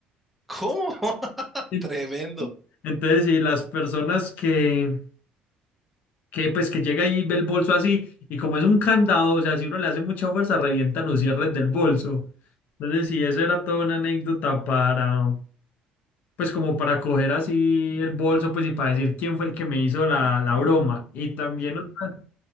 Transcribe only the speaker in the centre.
¿Cómo? <laughs>
Tremendo.